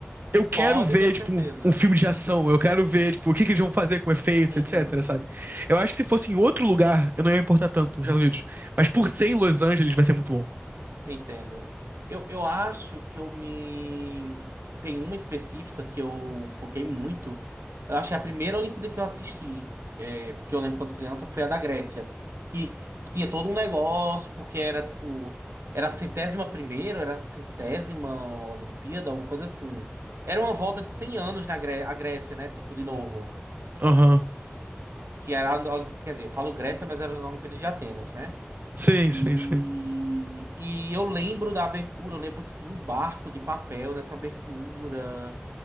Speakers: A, on the right (about 50°); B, on the right (about 80°).
A: eu quero
B: Pode
A: ver,
B: ter certeza.
A: tipo, um, um filme de ação, eu quero ver, tipo, o que, que eles vão fazer com efeitos,
B: Uhum.
A: etc, sabe? Eu acho que se fosse em outro lugar, eu não ia importar tanto, nos Estados Unidos. Mas por ser em Los Angeles, vai ser muito bom.
B: Entendo. Eu, eu acho que eu me. Tem uma específica que eu foquei muito. Eu acho que a primeira Olimpíada que eu assisti, é, porque eu lembro quando criança, foi a da Grécia. E tinha todo um negócio, porque era tipo. Era a centésima primeira, era a centésima Olimpíada, alguma coisa assim. Era uma volta de 100 anos na Gré a Grécia, né? Tipo, de novo.
A: Aham.
B: Que era. a- Quer dizer, eu falo Grécia, mas era as Olimpíadas de Atenas, né?
A: Sim,
B: E,
A: sim, sim.
B: e eu lembro da abertura, eu lembro que tinha um barco de papel nessa abertura.